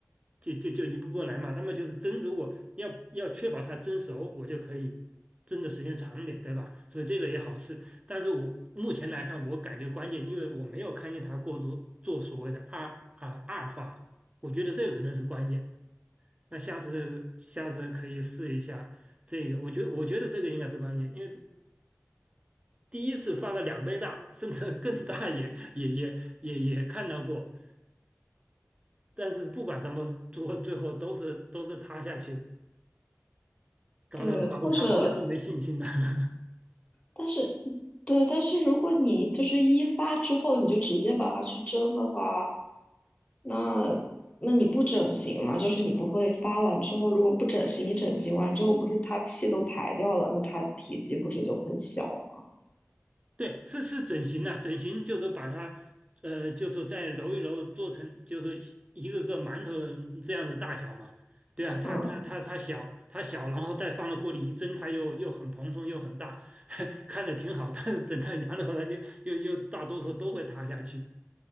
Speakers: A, on the right; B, on the left.
A: 就就就一步步来嘛。那么就是蒸，如果要要确保它蒸熟，我就可以蒸的时间长一点，对吧？所以这个也好试。但是我目前来看，我感觉关键，因为我没有看见它过做做所谓的二啊二发，我觉得这个可能是关键。那下次下次可以试一下。这个我觉我觉得这个应该是关键，因为第一次发的两倍大，甚至更大也也也也也看到过。但是不管怎么做，最后都是都是塌下去的，搞得搞得他后来都没信心了。
B: 对，或者，
A: <laughs>
B: 但是，对，但是如果你就是一发之后你就直接把它去蒸的话，那那你不整形嘛？就是你不会发完之后，如果不整形，你整形完之后不是它气都排掉了，那它体积不是就很小吗？
A: 对，是是整形了，整形就是把它，呃，就是再揉一揉，做成就是一个个馒头这样的大小嘛。对啊，它它它它小，
B: 嗯，
A: 它小，然后再放到锅里一蒸，它又又很蓬松又很大，<laughs> 看着挺好。但是等它凉了后，它就又又大多数都会塌下去。